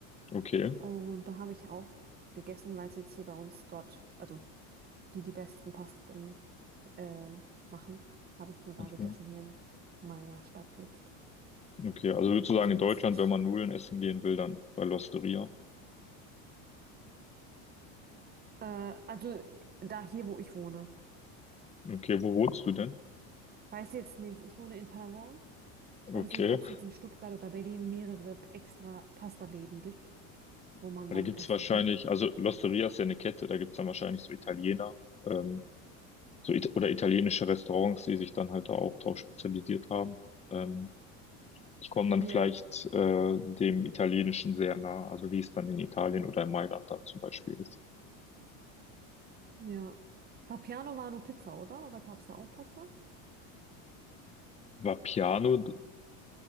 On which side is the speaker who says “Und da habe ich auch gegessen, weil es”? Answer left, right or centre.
Right